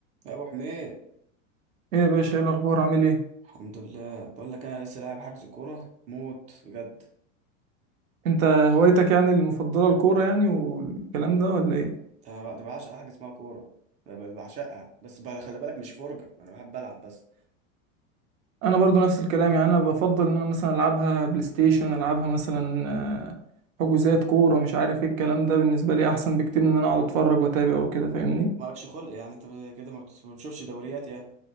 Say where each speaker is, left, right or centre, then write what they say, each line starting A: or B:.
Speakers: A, on the right; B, on the right.
A: يا ابو حميد
B: ايه يا باشا ايه الاخبار عامل ايه
A: الحمد لله بقول لك انا لسه لاعب حجز كوره موت بجد
B: انت هوايتك يعني المفضله الكوره يعني والكلام ده ولا ايه
A: انا بع- ده بعشق حاجه اسمها كوره انا ب- بعشقها بس بقى خلي بالك مش فرجه انا بحب العب بس
B: انا برضو نفس الكلام يعني انا بفضل ان انا مثلا العبها بلاي ستيشن العبها مثلا آه، حجوزات كوره مش عارف ايه الكلام ده بالنسبه لي احسن بكتير من ان انا اقعد اتفرج واتابع وكده فاهمني
A: مالكش خلق يعني انت ب- كده ما بت- ما بتشوفش دوريات يعني